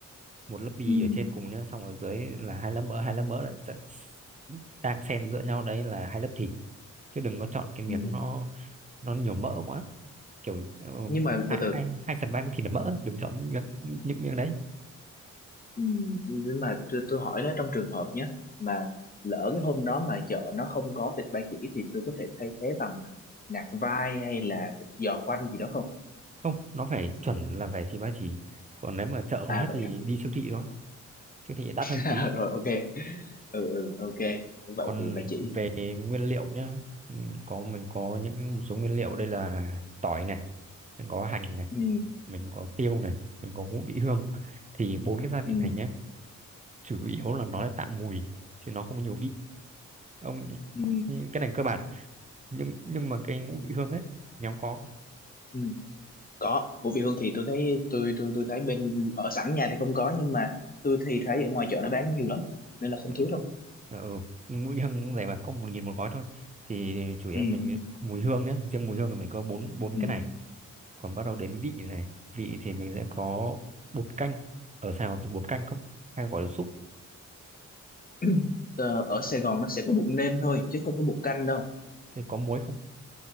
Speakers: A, on the right; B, on the left.
A: một lớp bì
B: ừ
A: ở trên cùng nữa xong ở dưới là hai lớp mỡ hai lớp mỡ là sẽ đan xen giữa nhau đấy là hai lớp thịt chứ đừng có chọn cái miếng
B: ừ
A: nó nó nhiều mỡ quá kiểu ừ,
B: nhưng mà
A: hai
B: từ từ
A: hai hai phần ba miếng thịt là mỡ đừng chọn miếng, những miếng đấy
B: ừ nhưng mà tôi, tôi hỏi nó trong trường hợp nhé mà lỡ cái hôm đó mà chợ nó không có thịt ba chỉ thì tôi có thể thay thế bằng nạc vai hay là thịt giò khoanh gì đó không
A: không nó phải chuẩn là phải thì ba chỉ còn nếu mà chợ không
B: à
A: hết
B: vậy
A: thì đi siêu thị thôi siêu thị đắt
B: <laughs>
A: hơn tí
B: rồi ok ừ ừ ok vậy
A: còn
B: thì bà chỉ
A: về nguyên liệu nhá ừ, có mình có những một số nguyên liệu đây là tỏi này mình có hành này
B: ừ
A: mình có tiêu này mình có ngũ vị hương thì bốn cái gia vị
B: ừ
A: này nhé chủ yếu là nó là tạo mùi chứ nó không có nhiều vị ông
B: ừ
A: cái này cơ bản nhưng nhưng mà cái ngũ vị hương ấy nhóm có không
B: ừ có Vũ Việt Hương thì tôi thấy tôi tôi tôi thấy bên ở sẵn nhà thì không có nhưng mà tôi thì thấy ở ngoài chợ nó bán nhiều lắm nên là không
A: ừ,
B: thiếu đâu
A: Ờ, ừ. mũi hương này mà có một nghìn một gói thôi thì chủ yếu
B: ừ
A: là mình
B: ừ
A: có mùi hương nhá riêng mùi hương là mình có bốn bốn
B: ừ
A: cái này còn bắt đầu đến vị này vị thì mình sẽ có bột canh ở Sài Gòn thì bột canh không hay gọi là súp
B: <clears throat> Ờ, ở Sài Gòn nó sẽ có bột nêm thôi chứ không có bột canh đâu
A: thì có muối không